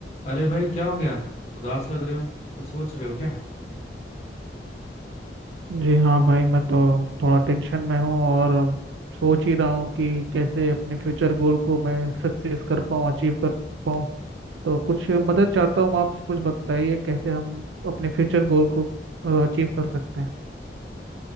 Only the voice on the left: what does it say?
अरे भाई क्या हो गया उदास लग रहे हो कुछ सोच रहे हो क्या